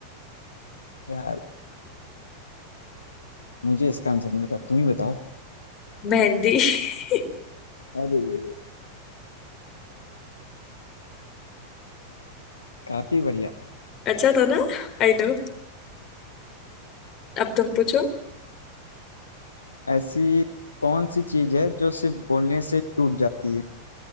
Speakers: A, on the left; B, on the left.
A: <laughs> यार मुझे इसका आंसर नहीं पता तुम ही बताओ
B: मेहंदी <laughs>
A: अरे काफी बढ़िया
B: अच्छा था ना I know अब तुम पूछो
A: ऐसी कौन सी चीज है जो सिर्फ बोलने से टूट जाती है